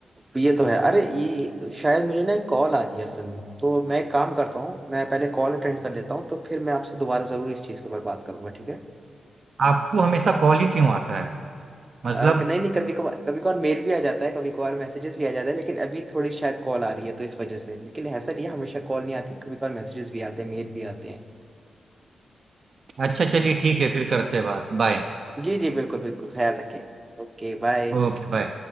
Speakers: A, on the right; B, on the right.
A: ये तो है अरे ये शायद मुझे ना एक कॉल आ रही है असल में तो मैं एक काम करता हूँ मैं पहले कॉल अटेंड कर लेता हूँ तो फिर मैं आपसे दोबारा जरूर इस चीज़ के ऊपर बात करूंगा ठीक है
B: आपको हमेशा कॉल ही क्यों आता है मतलब
A: अ, कि नहीं नहीं कभी कभार कभी कभार मेल भी आ जाता है कभी कभार मैसेजेस भी आ जाता है लेकिन अभी थोड़ी शायद कॉल आ रही है तो इस वजह से लेकिन ऐसा नहीं है, हमेशा कॉल नहीं आती कभी कभार मैसेजेस भी आते हैं मेल भी आते हैं
B: अच्छा चलिए ठीक है फिर करते हैं बात बाय
A: जी जी बिल्कुल बिल्कुल ख्याल रखिए Okay bye
B: Okay bye